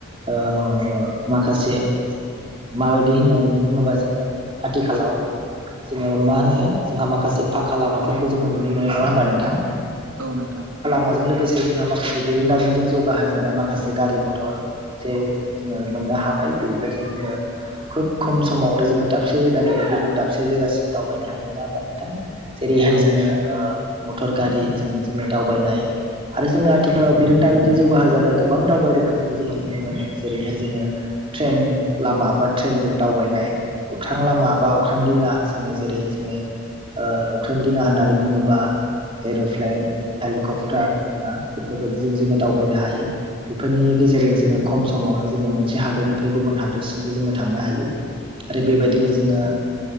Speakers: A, on the right; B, on the right.
A: ओ ओ माखासे माबायदि होननानै बुङोबा जोङो आथिखालाव जोङो मा होनो जोंहा माखासे फाखा लामाफोरखौ जोङो नुनो मोनो नङा होमबा नोंथां?
B: औ नोंथां
A: माजों लोगोसे जोंहा माखासे बेरोंदामजों जौगाहोजानाय माखासे गारि मथर जे जोङो मोननो हाबाय बेफोरजों जोङो खोब खम समावनो जोङो दाबसे जायगानिफ्राय गुबुन दाबसे जायगासिम दा बायनो हायो नङा होमबा नोंथां जेरैहाय
B: औ
A: जोङो
B: नोंथां
A: ओ मटर गारि जों जे दावबायनाय आरो जोङो आथिखालाव बिरोंदामिनजों जौगाहोजानाय गोबां दावबाय रोखोमखौ जोङो नुनो मोनो जेरैहाय जोङो ट्रेन लामा बा ट्रेनजों दावबायनाय अख्रां लामा बा अख्रां दिङा जोङो जेरै जोङो ओ अख्रां दिङा होननानै बुङोबा एर'प्लेन हेलिकप्टार ना बेफोरबायदिजों जोङो दावबायनो हायो बेफोरनि गेजेरजों जोङो खम समाव नो जोङो मोनसे हादोरनिफ्राय गुबुन हादोरसिमबो जोङो थांनो हायो आरो बेबायदिनो जोङो